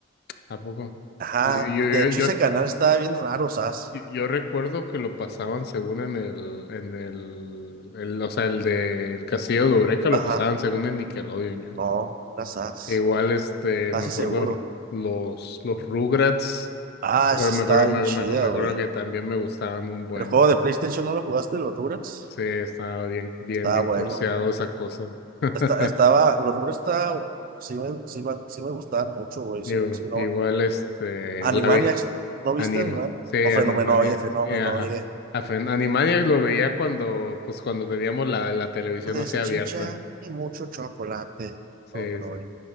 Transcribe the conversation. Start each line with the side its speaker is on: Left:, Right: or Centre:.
Left: ¿a poco?
Right: Ajá.
Left: Sí, yo,
Right: De
Left: yo,
Right: hecho,
Left: yo,
Right: ese canal estaba bien raro, SAS.
Left: yo, yo recuerdo que lo pasaban según en el, en el, el, o sea, el del castillo de Eureka lo
Right: Ajá.
Left: pasaban según en Nickelodeon, yo.
Right: No, era SAS.
Left: Igual, este,
Right: Casi
Left: me acuerdo
Right: seguro.
Left: los, los Rugrats.
Right: Ah,
Left: Me acuerdo,
Right: esa estaba
Left: me acuerdo,
Right: bien
Left: me
Right: chida,
Left: acuerdo, me
Right: güey.
Left: acuerdo que también me gustaban un buen.
Right: El juego de PlayStation, ¿no lo jugaste, los Durex?
Left: Sí, estaba bien, bien,
Right: Estaba
Left: bien
Right: bueno.
Left: curseado esa cosa. <laughs>
Right: esta- estaba, los Rugrats está, sí me, sí me, sí me gustaban mucho, güey.
Left: Digo,
Right: Sí, sí, no.
Left: Igual, este, la
Right: Animaniacs,
Left: vida,
Right: ¿no
Left: anima,
Right: viste Animaniacs?
Left: sí,
Right: O
Left: Animaniacs,
Right: Fenomenoide, Fenomenoide.
Left: sí, ajá. A Fen- Animaniacs lo veía cuando, pues cuando teníamos la, la televisión
Right: De
Left: así
Right: salchicha
Left: abierta,
Right: y mucho chocolate.
Left: sí,
Right: Fenomenoide.
Left: sí.